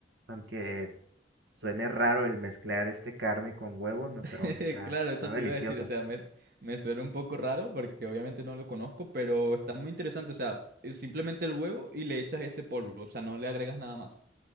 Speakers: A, on the right (about 80°); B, on the right (about 55°).
A: Aunque suene raro el mezclar este carne con huevo, no,
B: <laughs>
A: pero está,
B: Claro, eso
A: está delicioso.
B: te iba a decir, o sea, me, me suena un poco raro porque obviamente no lo conozco, pero está muy interesante, o sea, es simplemente el huevo y le echas ese polvo, o sea, no le agregas nada más.